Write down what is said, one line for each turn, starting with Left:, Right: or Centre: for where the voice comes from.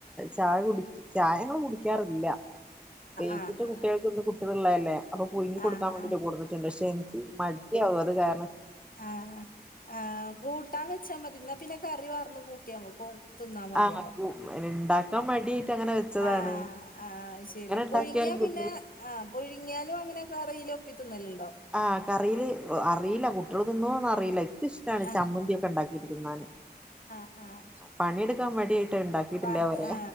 Centre: ചായ കുട് ചായങ്ങൾ കുടിക്കാറില്ല വൈകീട്ട്
Left: ആഹ് ആഹ്
Centre: കുട്ടികൾക്ക് കുട്ടിക ളല്ലേ അപ്പൊ പുഴുങ്ങി കൊട്ക്കാൻ
Left: ആഹ് ആഹ്
Centre: വേണ്ടിട്ട് കൊട്ന്ന്ട്ട്ണ്ട് ക്ഷെ ൻക്ക് മടിയാവ അത് കാ
Left: ആ ആ കൂട്ടാൻ വെച്ചാ മതിന്ന പിന്നെ കറി വർന്ന് കൂട്ടിയാ പോ ത്ന്നാ മതിയലൊ
Centre: ആ ഉണ്ടാക്കാൻ മടിയായിട്ട് അങ്ങനെ വെച്ചതാണ്
Left: ആ ആ അയ്ശരി
Centre: എങ്ങനെ ഉണ്ടാക്കിയാലും
Left: പുഴ്ങ്ങിയ പിന്നെ
Centre: കുട്ടികള്
Left: ആ പഴുങ്ങിയാലും അങ്ങനെ കറീല് ഒപ്പി തിന്നല്
Centre: ആ കറില് അറി ഇല്ല കുട്ടിയള് തിന്നോന്നറിയില്ല ഇൻക്ക്ഷ്ടാണ്
Left: ആഹ്
Centre: ചമ്മന്തി ഒക്കെണ്ടാക്കിട്ട് തിന്നാന്
Left: ആ
Centre: പണിയെടുക്കാൻ മടിയായിട്ട് ഉണ്ടാക്കിയിട്ടില്ല
Left: പാൽ
Centre: വരെ
Left: ആ